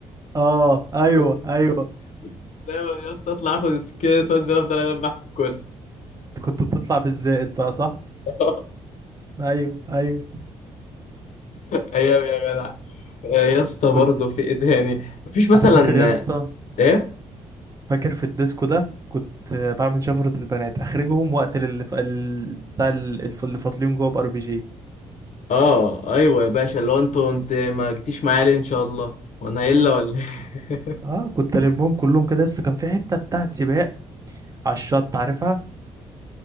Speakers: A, on the right (about 20°); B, on the left (about 45°).
A: اه ايوه
B: كنت
A: ايوه
B: كنت دايما يا اسطى اطلع اخد السكينة اتوزن افضل اذبح الكل
A: كنت بتطلع بالزائد بقى صح
B: <laughs>
A: ايوه ايوه
B: ايام يا جدع آه، يا اسطى برضه
A: كنت
B: في ايه تاني مفيش مثلا
A: انا فاكر يا اسطى
B: ايه
A: فاكر في الديسكو ده كنت آه، بعمل شفرة البنات اخرجهم واقتل اللي ف... ال- بتاع ال- الف- اللي فاطلين جوه بار بي جي
B: اه ايوه يا باشا لو انت انت ما جيتيش معايا ليه ان شاء الله وانا الا ولا إيه؟
A: اه كنت البهم كلهم كده بس كان في حته بتاعت سباق على الشط عارفها